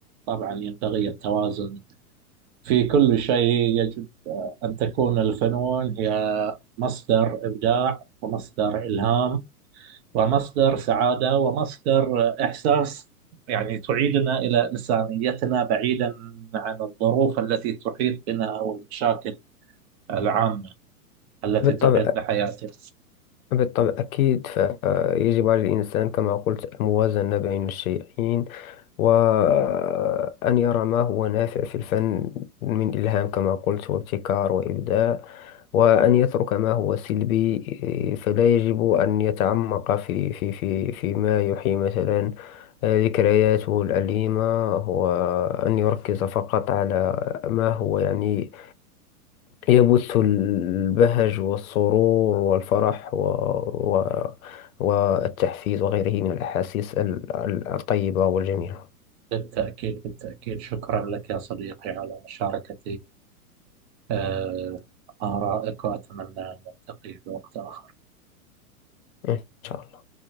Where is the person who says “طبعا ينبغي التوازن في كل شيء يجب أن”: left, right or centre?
Right